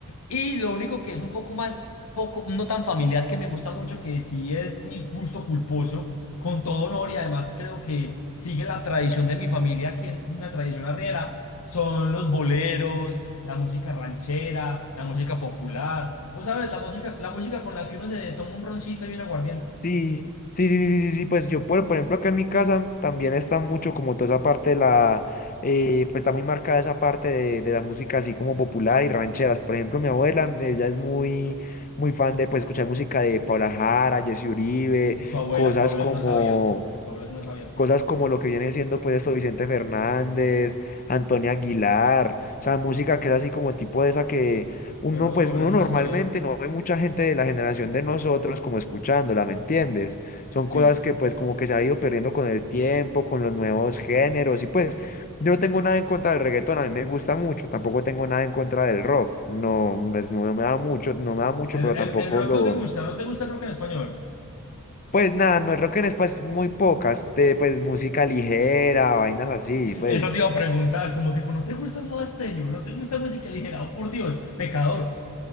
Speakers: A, on the left; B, on the left.
A: Y lo único que es un poco más, poco, no tan familiar que me gusta mucho, que sí es mi gusto culposo, con todo honor y además creo que sigue la tradición de mi familia, que es una tradición arriera, son los boleros, la música ranchera, la música popular. Vos sabes, la música, la música con la que uno se toma un roncito y un aguardiente.
B: Sí, sí, sí, sí, sí, sí, pues yo, por, por ejemplo, acá en mi casa también está mucho como toda esa parte de la, eh, pues está muy marcada esa parte de, de la música así como popular y rancheras. Por ejemplo, mi abuela, ella es muy, muy fan de pues escuchar música de Paula Jara, Jesse Uribe,
A: Su abuela,
B: cosas
A: su abuela
B: como...
A: es una sabia. Su abuela es una sabia.
B: Cosas como lo que viene siendo pues esto Vicente Fernández, Antonio Aguilar, o sea, música que es así como tipo de esa que uno
A: Pero
B: pues
A: su abuela
B: uno
A: es una
B: normalmente
A: sabia.
B: no ve mucha gente de la generación de nosotros como escuchándola, ¿me entiendes? Son
A: Sí.
B: cosas que pues como que se ha ido perdiendo con el tiempo, con los nuevos géneros y pues yo no tengo nada en contra del reggaetón, a mí me gusta mucho, tampoco tengo nada en contra del rock, no, pues, no no me da mucho, no me da mucho,
A: El,
B: pero tampoco
A: el- el rock
B: lo
A: no te gusta, no te gusta el rock en español.
B: pues nada, no es rock en español, es muy pocas, de, pues música ligera, vainas así, pues
A: Eso te iba a preguntar, como tipo, ¿no te gusta Soda Stereo? ¿No te gusta música ligera? Oh, por Dios, pecador.